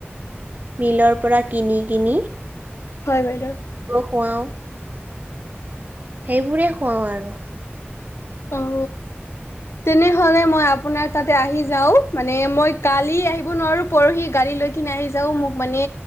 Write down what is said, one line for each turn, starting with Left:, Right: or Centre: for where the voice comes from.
Right: মিলৰ পৰা কিনি -কিনি।
Left: হয়, বাইদেউ।
Right: কৱাও সেইবোৰে খুৱাওঁ আৰু
Left: অ', তেনেহলে মই আপোনাৰ তাতে আহি যাও মানে মই কালি আহিব নোৱাৰো পৰহি গাৰি লৈ কিনে আহি যাও মোক মানে